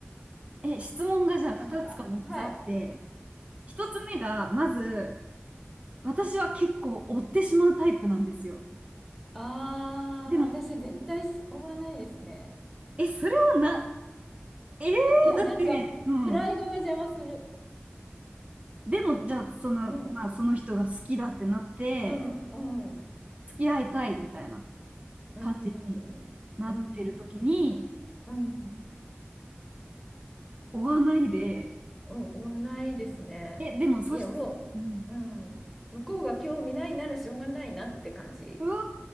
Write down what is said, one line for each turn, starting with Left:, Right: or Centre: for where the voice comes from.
Right: え、質問がじゃあ2つか3つあって、
Centre: なんか、はい。
Right: 1つ目が、まず、私は結構追ってしまうタイプなんですよ。
Centre: ああ、
Right: でも、
Centre: 私絶対し追わないですね。
Right: え、それはな、えー、
Centre: え、いや、
Right: だって、
Centre: なんか、
Right: うん。
Centre: プライドが邪魔する。
Right: でも、じゃあ、その、
Centre: うん、
Right: まあ、その人が好きだってなって、
Centre: うん、うん、
Right: 付き合いたいみたいな。
Centre: うん、
Right: 感じになってる時に
Centre: うん、うん、
Right: 追わないで、
Centre: お追わないですね。
Right: え、でもそし、
Centre: いや、もう、
Right: うん、
Centre: うん、向こうが興味ないならしょうがないなって感じ。
Right: うわ